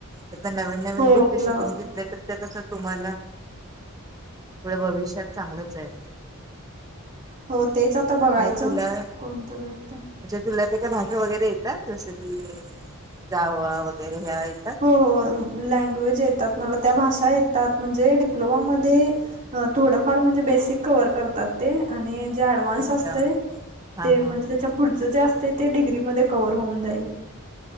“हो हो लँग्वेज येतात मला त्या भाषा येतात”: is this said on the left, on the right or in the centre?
Right